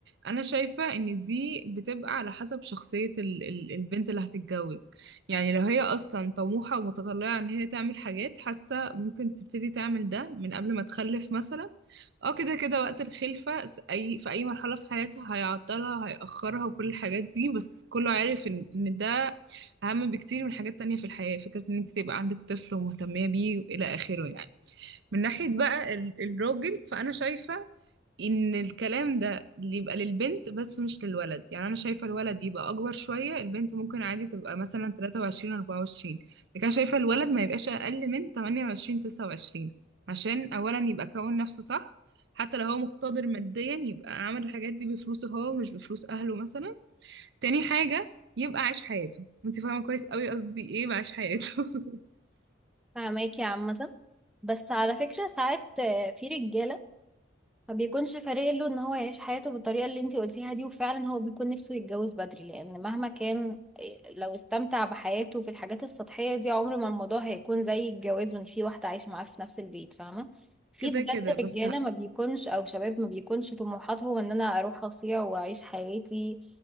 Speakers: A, on the right (about 60°); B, in the centre.
A: انا شايفه ان دي بتبقى على حسب شخصيه ال ال البنت اللي هتتجوز يعني لو هي اصلا طموحه ومتطلعه ان هي تعمل حاجات حاسه ممكن تبتدي تعمل ده من قبل ما تخلف مثلا اه كده كده وقت الخلفه س- اي في اي مرحله في حياتها هيعطلها هيأخرها وكل الحاجات دي بس كله عارف ان ان ده اهم بكتير من حاجات تانية في الحياه فكره ان انت تبقى عندك طفل ومهتميه بيه والى اخره يعني من ناحية بقى ال- الراجل فأنا شايفة إن الكلام ده اللي يبقى للبنت بس مش للولد يعني أنا شايفة الولد يبقى أكبر شوية البنت ممكن عادي تبقى مثلا 23 24 لكن أنا شايفة الولد ما يبقاش أقل من 28 29 عشان أولا يبقى كون نفسه صح حتى لو هو مقتدر ماديا يبقى عمل الحاجات دي بفلوسه هو مش بفلوس أهله مثلا تاني حاجة يبقى عايش حياته انت فاهمة كويس قوي قصدي ايه بعيش حياته <laughs>
B: فاهماكي عامة بس على فكرة ساعات آه، في رجالة ما بيكونش فارق له ان هو يعيش حياته بالطريقة اللي انتي قلتيها دي وفعلا هو بيكون نفسه يتجوز بدري لان مهما كان آه، لو استمتع بحياته في الحاجات السطحية دي عمر ما الموضوع هيكون زي الجواز وان في واحدة عايشة معاه في نفس البيت فاهمة في
A: كده
B: بجد
A: كده بس
B: رجالة ما بيكونش او شباب ما بيكونش طموحاته ان انا اروح اصيع واعيش حياتي